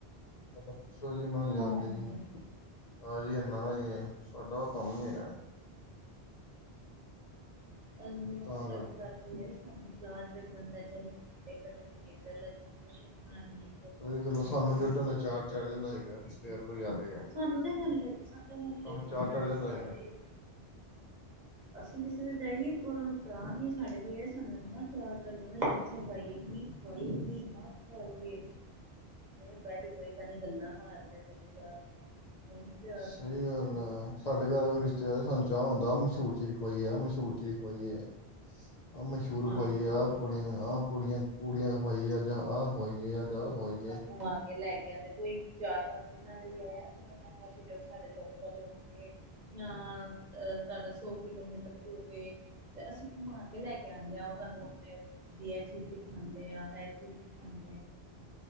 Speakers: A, on the left (about 50°); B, on the right (about 45°).
A: ਪਹਿਲਾਂ ਪੁੱਛੋ ਜੀ ਉਹ ਜਾ
B: ਹਾਂਜੀ।
A: ਕੇ ਜੀ। ਹਾਜੀ ਇੰਨਾ ਹੀ ਹੈ, ਸਾਡਾ ਉਹ ਕੰਮ ਨੀ ਹੈਗਾ
B: ਹਾਂਜੀ ਆਣਾ
A: ਤਾਂ
B: ਸਾਡੇ
A: ਕਰਕੇ
B: ਘਰ ਸਾਨੂੰ ਚਾ ਚੜ ਜਾਂਦਾ, ਚੱਲੜੇ ਕੱਢ ਲਈਏ ਮੈਂਬਰਸ਼ਿਪ ਬਣਾ ਲਈਏ
A: ਸਹੀ ਗੱਲਾਂ ਐ, ਸਾਨੂੰ ਝੱਟ ਚਾਹ ਚੜ ਜਾਂਦਾ ਹੈਗਾ, ਰਿਸ਼ਤੇਦਾਰ ਕੋਈ ਆ ਗਏ ਆ
B: ਸਾਨੂੰ ਤਾਂ ਹੱਲੇ, ਸਾਨੂੰ ਤਾਂ ਹੱਲੇ,
A: ਸਾਨੂੰ
B: ਵੀ ਚਾਹ
A: ਚੜ ਜਾਂਦਾ
B: ਤੇ ਹੀ
A: ਹੈਗਾ
B: ਆ ਜਾਏ। ਅਸੀਂ ਕਿਸੇ ਦੇ ਜਾਈਏ, ਉਨਾਂ ਨੂੰ ਪਿਆਰ ਨੀ, ਸਾਡੇ ਕੋਈ ਆਏ, ਸਾਨੂੰ ਇੰਨਾ ਚਾਹ ਚੜ ਜਾਂਦਾ, ਕਿਥੇ ਪਾਈਏ ਕਿ ਹੋਈ ਵੀ ਨਾ ਖ਼ਵਾਈਏ
A: <inaudible>
B: ਨਈ ਬਾ ਚੋ ਕੋਈ ਤਾਂ ਨੀ, ਗੱਲਾਂ ਮਾਰਦੇ ਚਾਰ ਤੇ
A: ਸਹੀ
B: ਬਸ
A: ਗੱਲ ਆ, ਸਾਡੇ ਘਰ ਕੋਈ ਰਿਸ਼ਤੇਦਾਰ ਆਜੇ ਸਾਨੁ ਚਾ ਹੁੰਦਾ, ਮਸ਼ਹੂਰ ਚੀਜ਼ ਖ਼ਵਾਈਏ, ਮਸ਼ਹੂਰ ਚੀਜ਼ ਹੋਈ ਏ ਆਪ ਮਸ਼ਹੂਰ
B: ਹਾਂਜੀ।
A: ਹੋਈ ਏ ਆਪਣੇ ਆਪ ਪੂੜੀਆਂ ਪੂੜੀਆਂ ਖ਼ਵਾਈਏ, ਅਜ ਆਹ ਖ਼ਵਾਈਏ, ਅਜ ਆਹ ਖ਼ਵਾਈਏ
B: ਘੁੰਮਾ ਕੇ ਲੈ ਕੇ ਆਉਂਦੇ ਕੋਈ ਚਾਰ-ਪੰਜ ਜਿਨਾ ਨਈ ਵੀ ਆਇਆ ਫਿਰ ਉਹਨਾਂ ਨੂੰ, ਅਸੀਂ ਕਿਹਾ ਜੋ ਸਾਡੇ ਲੋਕਲ ਹ ਜਾਂ, ਸਾਡਾ ਸੌ ਕਿਲੋਮੀਟਰ ਦੂਰ ਵੇ ਤੇ ਅਸੀਂ ਘੂਮਾ ਕੇ ਲੈ ਕੇ ਆਉਂਨੇ ਆਂ, ਉਹਾਨੂੰ ਆਪਣੇ ਉਥੇ ਕਦੀ ਇਹ ਚੀਜ਼ ਦਿਖਾਂਦੇ ਆ, ਇਹ ਚੀਜ਼ ਦਿਖਾਂਣ